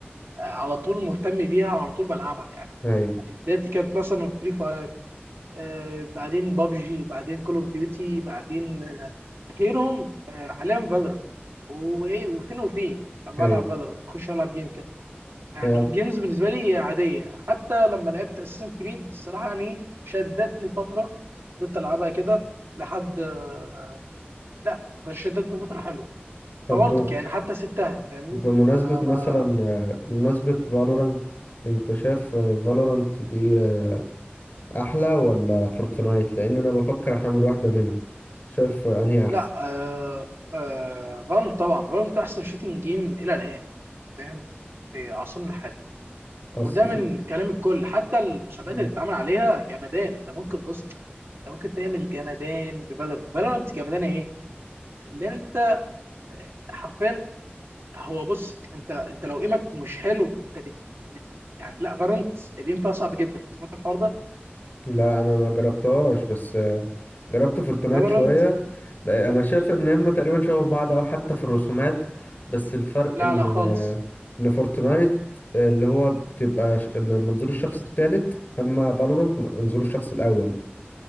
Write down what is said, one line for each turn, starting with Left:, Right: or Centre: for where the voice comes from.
Right: على طول مهتم بيها وعلى طول بلعبها يعني
Left: ايوه
Right: بدايتي كانت مثلا فري فاير آه بعدين بابجي بعدين كول اوف ديوتي بعدين آه اخيرهم آه حاليا فالورنت وايه وفين وفين بلعب
Left: ايوه
Right: فالورنت اخش العب جيم كده يعني
Left: يعني
Right: الجيمز بالنسبه لي عاديه حتى لما لعبت اساسن كريد الصراحه يعني شدتني فتره فضلت العبها كده لحد آه، لا فشدتني فتره حلوه
Left: طب
Right: فبرضك
Left: بم-
Right: يعني حتى سبتها فاهمني
Left: بمناسبة
Right: ما
Left: مثلا
Right: ما
Left: اه، بمناسبة فالورانت انت شايف فالورانت دي اه، احلى ولا فورتنايت لان انا بفكر احمل واحدة منهم شايف آه، انهي احسن
Right: لا آه آه فالنت طبعا فالنت احسن شوتنج جيم الى الان فاهم في عصرنا الحالي
Left: اصل
Right: وده
Left: في
Right: من كلام الكل حتى المسابقات
Left: مم.
Right: اللي اتعمل عليها جمدان انت ممكن بص انت ممكن تعمل جمدان بفالورانت فالورانت جمدان ايه اللي انت آه، حرفيا هو بص انت انت لو ايمك مش حلو انت بت بت- يعني لا فالورانت الايم فيها صعب جدا سمعت الحوار ده
Left: لا انا ما جربتهاش بس آه، جربت فورتنايت
Right: فالورانت
Left: شويه بقى- انا شايف ان هما تقريبا شبه بعض او حتى في الرسومات بس الفرق
Right: لا
Left: ان
Right: لا خالص
Left: آه، ان فورتنايت آه، اللي هو بتبقى ش- من منظور الشخص الثالث اما فالورانت من منظور الشخص الاول